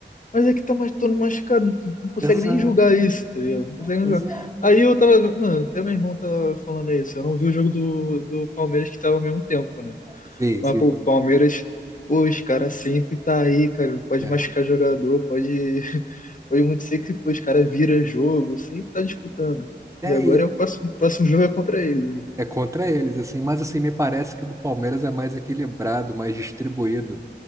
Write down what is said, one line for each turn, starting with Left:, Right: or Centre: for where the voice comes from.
Left: Mas é que tá mais todo machucado, tu não consegue
Right: Exato,
Left: nem julgar isso, tá ligado? Não consegue nem
Right: exato.
Left: julgar. Aí eu tava, mano, até meu irmão tava falando isso. Eu não vi o jogo do, do Palmeiras que tava ao mesmo tempo, né?
Right: Sim,
Left: Mas,
Right: sim,
Left: pô, o Palmeiras, pô, os caras sempre tá aí, cara. Pode
Right: né?
Left: machucar jogador, pode, <laughs> pode acontecer que pô, os caras vira jogo, sempre tá disputando, cara.
Right: É,
Left: E agora
Right: ele,
Left: é o próximo, o próximo jogo é contra eles ainda.
Right: é contra eles, assim, mas, assim, me parece que o do Palmeiras é mais equilibrado, mais distribuído,